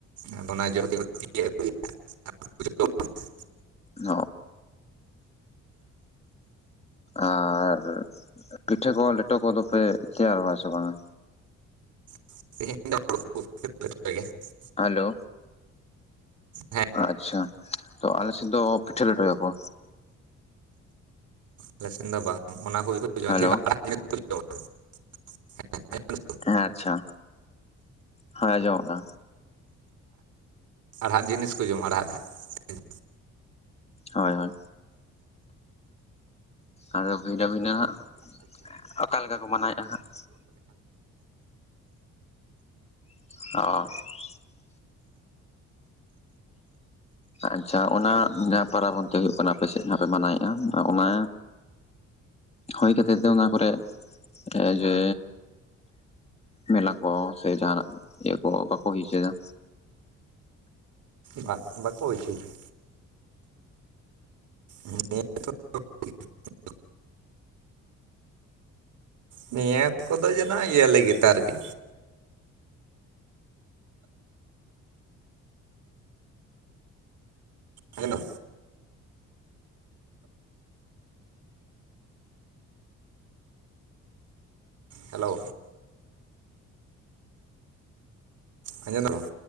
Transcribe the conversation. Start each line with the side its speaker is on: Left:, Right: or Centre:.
Right: ᱟᱫᱚ ᱚᱱᱟ ᱡᱚ <unintelligible>
Left: ᱦᱚᱸ ᱟᱨ ᱯᱤᱴᱷᱟᱹ ᱠᱚ ᱞᱮᱴᱚ ᱠᱚᱫᱚᱯᱮ ᱛᱮᱭᱟᱨᱟ ᱥᱮ ᱵᱟᱝᱟ
Right: <unintelligible>
Left: ᱦᱮᱞᱳ
Right: ᱦᱮᱸ
Left: ᱟᱪᱪᱷᱟ ᱛᱚ ᱟᱞᱮ ᱥᱮᱫ ᱫᱚ ᱯᱤᱴᱷᱟᱹ ᱞᱮᱴᱚᱭᱟᱠᱚ
Right: ᱟᱞᱮ ᱥᱮᱱ ᱫᱚ ᱵᱟᱝ <unintelligible>
Left: ᱦᱮᱞᱳ ᱦᱮᱸ ᱟᱪᱪᱷᱟ ᱦᱮᱸ ᱟᱸᱡᱚᱢᱚᱜ ᱠᱟᱱᱟ
Right: ᱟᱲᱦᱟᱜ ᱡᱤᱱᱤᱥ ᱠᱚ ᱡᱚᱢᱟ ᱟᱟᱲᱦᱟᱜ <unintelligible>
Left: ᱦᱳᱭ ᱦᱳᱭ ᱟᱫᱚ ᱵᱷᱤᱱᱟᱹ ᱵᱷᱤᱱᱟᱹ ᱦᱟᱸᱜ ᱚᱠᱟᱮ ᱞᱮᱠᱟ ᱠᱚ ᱢᱟᱱᱟᱣᱮᱫᱼᱟ ᱦᱟᱸᱜ ᱦ ᱟᱪᱪᱷᱟ ᱚᱱᱟ ᱡᱟᱦᱟᱸ ᱯᱚᱨᱟᱵᱽ ᱚᱱᱛᱮ ᱦᱩᱭᱩᱜ ᱠᱟᱱᱟ ᱟᱯᱮ ᱥᱮᱫ ᱡᱟᱦᱟᱸ ᱯᱮ ᱢᱟᱱᱟᱣᱮᱫᱼᱟ ᱚᱱᱟ ᱦᱩᱭ ᱠᱷᱟᱹᱛᱤᱨ ᱛᱮ ᱚᱱᱟ ᱠᱚᱨᱮᱜ ᱡᱮ ᱢᱮᱞᱟ ᱠᱚ ᱥᱮ ᱡᱟᱦᱟᱱᱟᱜ ᱤᱭᱟᱹ ᱠᱚ ᱵᱟᱠᱚ ᱦᱩᱭᱪᱚᱭᱮᱫᱟ
Right: ᱵᱟᱝ ᱵᱟᱠᱚ ᱦᱩᱭᱪᱚᱭᱮᱫᱭᱟ ᱱ <unintelligible> ᱱᱤᱭᱟᱹ ᱠᱚᱫᱚ ᱡᱮᱱᱚ ᱤᱭᱟᱹ ᱞᱟᱹᱜᱤᱫ ᱛᱮ ᱟᱨᱠᱤ ᱦᱮᱞᱳ ᱦᱮᱞᱳ ᱟᱸᱡᱚᱢᱫᱟ ᱵᱟᱝ